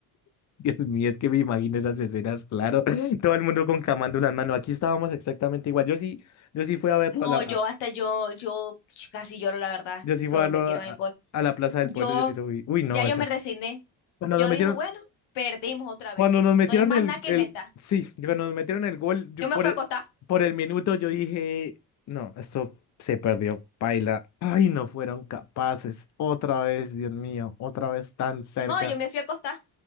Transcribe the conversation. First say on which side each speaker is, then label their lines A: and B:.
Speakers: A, on the left (about 45°); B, on the left (about 85°).
A: Dios mío, es que me imagino esas escenas, claro. <laughs> Todo el mundo con camándulas, mano. Aquí estábamos exactamente igual. Yo sí, yo sí fui a verlo
B: No,
A: a la, a-
B: yo hasta yo, yo casi lloro, la verdad,
A: yo sí fui
B: cuando
A: a verlo
B: metieron
A: a, a-
B: alcohol.
A: a la Plaza del
B: Yo,
A: Pueblo, yo sí lo fui. Uy,
B: ya
A: no,
B: yo
A: eso.
B: me resigné.
A: Cuando
B: Yo
A: nos metieron.
B: dije, bueno, perdimos otra
A: Cuando
B: vez.
A: nos metieron
B: No hay más
A: el,
B: nada que
A: el,
B: inventar.
A: sí, cuando nos metieron el gol, yo
B: Yo me
A: por
B: fui
A: el,
B: a acostar.
A: por el minuto yo dije, no, esto se perdió, paila. Ay, no fueron capaces. Otra vez, Dios mío, otra vez tan cerca.
B: No, yo me fui a acostar.